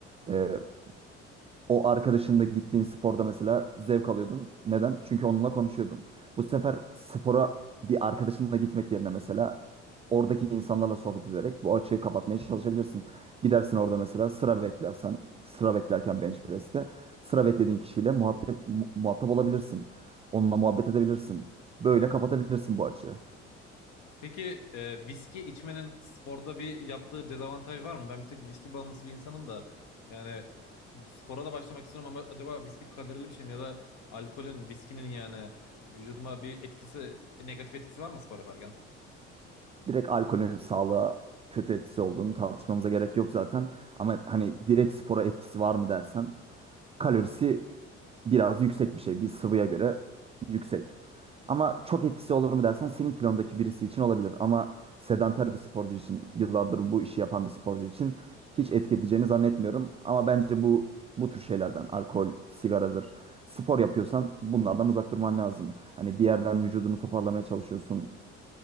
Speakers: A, on the right; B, on the left.
A: Ee, o arkadaşınla gittiğin sporda mesela zevk alıyordun. Neden? Çünkü onunla konuşuyordun. Bu sefer spora bir arkadaşınla gitmek yerine mesela oradaki insanlarla sohbet ederek bu açığı kapatmaya çalışabilirsin. Gidersin orada mesela sıra beklersen, sıra beklerken bench press'te sıra beklediğin kişiyle muhatap, mu- muhatap olabilirsin. Onunla muhabbet edebilirsin. Böyle kapatabilirsin bu açığı.
B: Peki e, viski içmenin sporda bir yaptığı dezavantaj var mı? Ben bir tek viski bağımlısı bir insanım da yani spora da başlamak istiyorum ama acaba viski kalorili bir şey mi ya da alkolün, viskinin yani vücuduma bir etkisi, negatif etkisi var mı spor yaparken?
A: Direkt alkolün sağlığa kötü etkisi olduğunu tartışmamıza gerek yok zaten. Ama hani direkt spora etkisi var mı dersen kalorisi biraz yüksek bir şey. Bir sıvıya göre yüksek. Ama çok etkisi olur mu dersen senin kilondaki birisi için olabilir. Ama sedanter bir sporcu için, yıllardır bu işi yapan bir sporcu için hiç etki edeceğini zannetmiyorum. Ama bence bu bu tür şeylerden, alkol, sigaradır, spor yapıyorsan bunlardan uzak durman lazım. Hani bir yerden vücudunu toparlamaya çalışıyorsun,